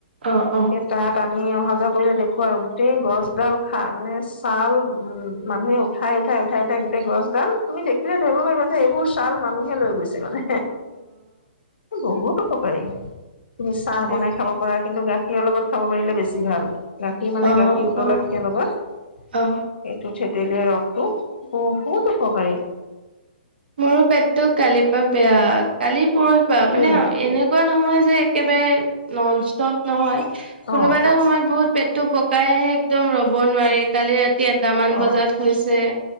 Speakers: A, on the right; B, on the left.
A: অ- অ
B: সেই তাত আমি অহা যোৱা কৰিলে দেখো আৰু গোটেই গছডাল খাই মানে ছাল উ মানুহে উঠাই-উঠাই-উঠাই-উঠাই গোটেই গছডাল, তুমি দেখিলে ধৰিব পাৰিব যে এইবোৰ ছাল মানুহে লৈ গৈছে। মানে বহুতো উপ উপকাৰী তুমি চাহ
A: তাকে
B: বনাই খাব পাৰা কিন্তু গাখীৰৰ লগত খাব পাৰিলে বেছি ভাল। গাখীৰ মানে
A: অ
B: গাখীৰ উতলা
A: অ
B: গাখীৰ লগত সেইটো
A: অ
B: থেতেলিয়াই ৰসটো বহুত উপকাৰী
A: মোৰো পেটটো কালিৰ পৰা বেয়া কালি পৰহি বা মানে
B: উম
A: এনেকুৱা নহয় একেবাৰে নন ষ্টপ নহয় কোনোবা
B: অ
A: এটা সময়ত বহুত। টো পকাইহে একদম ৰ'ব নোৱাৰি কালি এটামান
B: অ
A: বজাত হৈছে